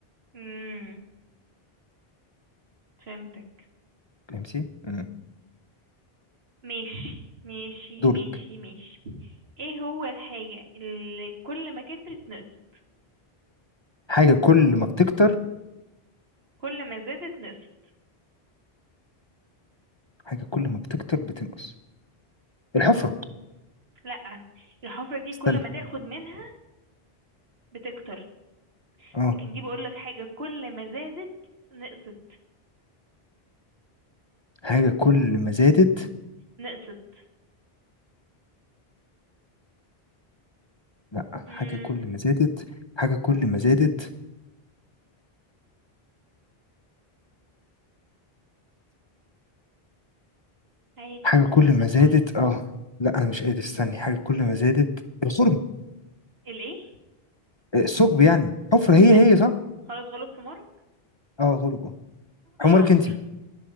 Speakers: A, on the right (about 80°); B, on the left (about 35°).
A: امم فهمتك
B: فهمتي امم
A: ماشي ماشي
B: دورك
A: ماشي ماشي ايه هو الحاجة اللي كل ما كترت نقصت
B: حاجة كل ما بتكتر
A: كل ما زادت نقصت
B: حاجة كل ما بتكتر بتنقص الحفرة
A: لا الحفرة دي كل
B: استنى
A: ما تاخد منها بتكتر
B: اه
A: لكن دي بقولك حاجة كل ما زادت نقصت
B: حاجة كل ما زادت
A: نقصت
B: لا
A: امم
B: حاجة كل ما زادت حاجة كل ما زادت
A: عادي
B: حاجة
A: خد
B: كل
A: وقتك
B: ما
A: خالص
B: زادت اه لا أنا مش قادر استني حاجة كل ما زادت الخرم
A: الايه
B: آه، الثقب يعني حفرة هي
A: لا
B: هي صح؟
A: خلاص غلوب حمار
B: اه غلب اه حمارك
A: العمر
B: انتي